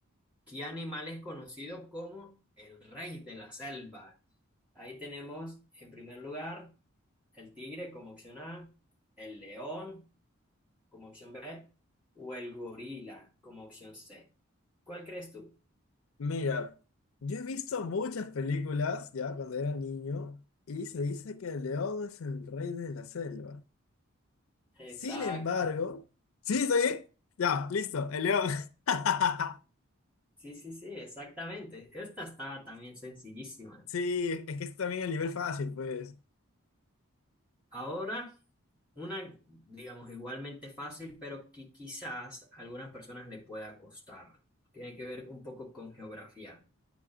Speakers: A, in the centre; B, on the left (about 75°).
A: ¿qué animal es conocido como el rey de la selva? Ahí tenemos, en primer lugar, el tigre como opción A, el león como opción B o el gorila como opción C. ¿Cuál crees tú?
B: mira, yo he visto muchas películas ya cuando era niño y se dice que el león es el rey de la selva.
A: Exacto.
B: Sin embargo, ¿sí estoy bien? Ya, listo, el león. <laughs>
A: Sí, sí, sí, exactamente. Esta estaba también sencillísima.
B: Sí, es que es también el nivel fácil, pues.
A: Ahora, una, digamos, igualmente fácil, pero que quizás a algunas personas le pueda costar. Tiene que ver un poco con geografía.